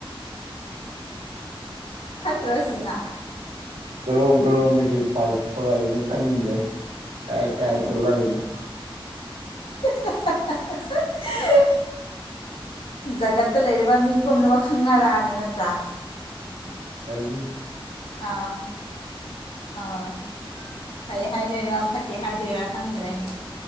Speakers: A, on the left; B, on the right.
A: ꯐꯠꯇ꯭ꯔꯣꯑꯁꯤꯅ
B: ꯀꯔꯣꯝ ꯀꯔꯣꯝꯗꯒꯤ ꯄꯥꯏ ꯊꯣꯔꯛꯏꯅꯣ ꯈꯪꯗ꯭ꯔꯦ ꯀꯥꯏ ꯀꯥꯏ ꯊꯣꯛꯂꯛꯏꯅꯣ
A: <unintelligible> ꯖꯒꯠꯇꯥ ꯂꯩꯔꯤꯕ ꯃꯤ ꯄꯨꯝꯅꯃꯛ ꯈꯪꯅꯔꯛꯑꯅꯤ ꯅꯠꯇ꯭ꯔꯥ
B: ꯑ ꯀꯅꯤ <unintelligible>
A: ꯑꯥ ꯑꯥ ꯐꯩ ꯍꯥꯏꯗꯣꯏꯔꯥ ꯐꯠꯇꯦ ꯍꯥꯏꯗꯣꯏꯔꯥ ꯈꯪꯗ꯭ꯔꯦ